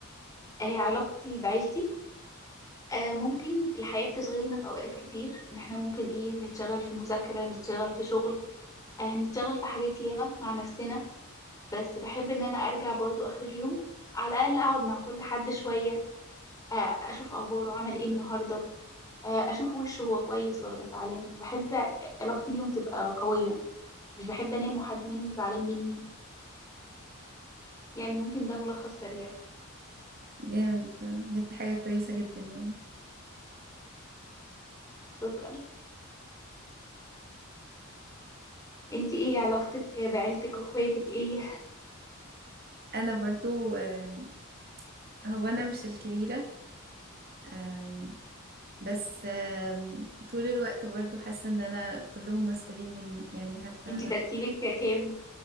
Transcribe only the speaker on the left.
أه علاقتي بعيلتي أه ممكن الحياة بتشغلنا في اوقات كتير ان احنا ممكن ايه نتشغل في مذاكرة نتشغل في شغل أه نتشغل في حاجات ياما مع نفسنا بس بحب ان انا ارجع برضو اخر اليوم على الاقل اقعد مع كل حد شوية آه، اشوف اخباره عمل ايه النهارده آه، اشوف وشه هو كويس ولا زعلان فبحب علاقتي بيهم تبقى قويه مش بحب انام وحد منهم زعلان مني يعني ممكن ده ملخص سريع
شكرا انتي ايه علاقتك بعيلتك واخواتك ايه
انتي ترتيبك كام